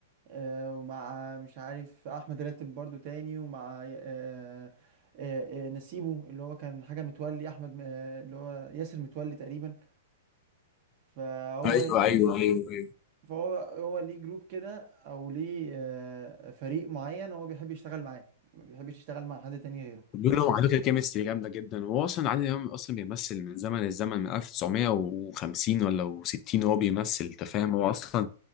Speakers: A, on the right (about 45°); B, on the left (about 30°).
A: آه، ومع مش عارف احمد راتب برضو تاني ومع آه، آه، آه، آه، نسيبه اللي هو كان حاجه متولي احمد آه، اللي هو ياسر متولي تقريبا فهو
B: ايوه ايوه ايوه
A: فهو هو ليه جروب كده او ليه آه، فريق معين هو بيحب يشتغل معاه ما بيحبش يشتغل مع حد تاني غيره
B: بينهم على فكره كيمستري جامده جدا وهو اصلا عادل امام اصلا بيمثل من زمن الزمن من 1950 ولا 60 وهو بيمثل انت فاهم هو اصلا